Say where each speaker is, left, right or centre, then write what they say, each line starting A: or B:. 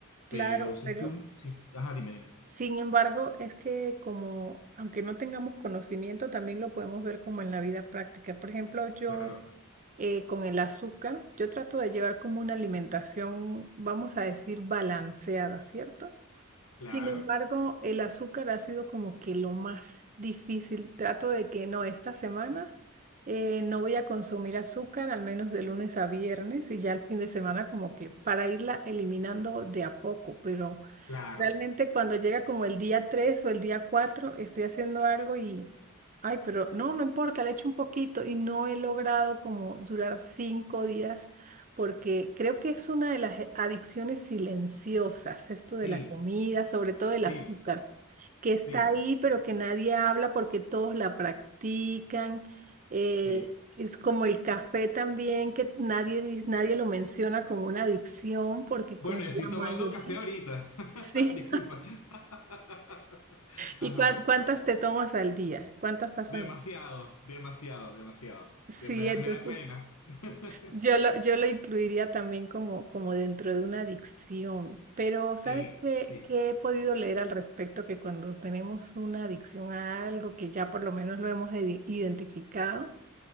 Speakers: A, on the right; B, on the left.
A: Claro,
B: pero si
A: pero
B: estoy, un- sí- ajá, dime, dime.
A: sin embargo, es que como, aunque no tengamos conocimiento, también lo podemos ver como en la vida práctica. Por ejemplo, yo
B: Claro,
A: eh, con el azúcar, yo trato de llevar como una alimentación, vamos a decir, balanceada, ¿cierto?
B: claro,
A: Sin embargo, el azúcar ha sido como que lo más difícil. Trato de que no, esta semana eh, no voy a consumir azúcar, al menos de lunes a viernes, y ya el fin de semana como que para irla eliminando de a poco, pero...
B: claro.
A: Realmente cuando llega como el día 3 o el día 4 estoy haciendo algo y, ay, pero no, no importa, le echo un poquito y no he logrado como durar cinco días porque creo que es una de las eh, adicciones silenciosas, esto de
B: Sí,
A: la comida, sobre todo el
B: sí.
A: azúcar, que está
B: Sí,
A: ahí pero que nadie habla porque todos la practican. eh,
B: sí.
A: es como el café también, que nadie, di- nadie lo menciona como una adicción porque
B: Bueno,
A: como
B: yo
A: la
B: estoy tomando
A: mayoría...
B: café ahorita.
A: <laughs>
B: <laughs>
A: Sí,
B: Disculpa. <laughs>
A: ¿Y
B: Ajá.
A: cuán- cuántas te tomas al día? ¿Cuántas tazas?
B: Demasiado, demasiado, demasiado.
A: Sí,
B: De- me da,
A: entonces
B: me da pena. <laughs>
A: yo lo, yo lo incluiría también como, como dentro de una adicción. Pero
B: Sí,
A: ¿sabes qué,
B: sí.
A: qué he podido leer al respecto? Que cuando tenemos una adicción a algo que ya por lo menos lo hemos edi- identificado,